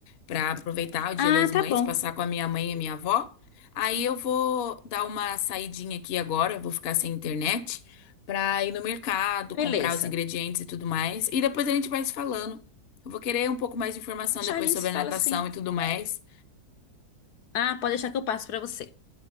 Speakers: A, on the left; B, on the left.
A: Pra aproveitar o Dia
B: Ah,
A: das Mães,
B: tá bom.
A: passar com a minha mãe e a minha avó. Aí eu vou dar uma saidinha aqui agora, eu vou ficar sem internet, pra ir no mercado,
B: Beleza.
A: comprar os ingredientes e tudo mais. E depois a gente vai se falando. Eu vou querer um pouco mais de informação
B: Deixa,
A: depois
B: a gente
A: sobre
B: se
A: a
B: fala
A: natação
B: assim.
A: e tudo mais.
B: Ah, pode deixar que eu passo pra você.